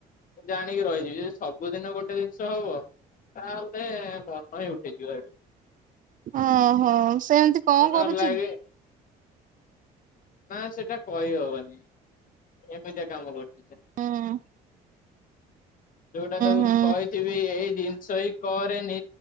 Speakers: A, on the left; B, on the right.
A: ଜାଣିକି ରହିଯିବି ଯେଦି ସବୁଦିନ ଗୋଟେ ଜିନିଷ ହବ ତାହେଲେ ମନହିଁ ଉଠେଇଯିବ ସେଠୁ
B: ଅଁହଁ ସେମିତି କଁ
A: ମନ
B: କରୁଚ଼ି।
A: ଲାଗେ ନା ସେଟା କହିହବନି ଏମିତିଆ କାମ କରୁଛି।
B: ହଁ।
A: ଯୋଉଟା ତାକୁ
B: ହୁଁ
A: କହିଥିବି ଏଇ ଜିନିଷ ହିଁ କରେନି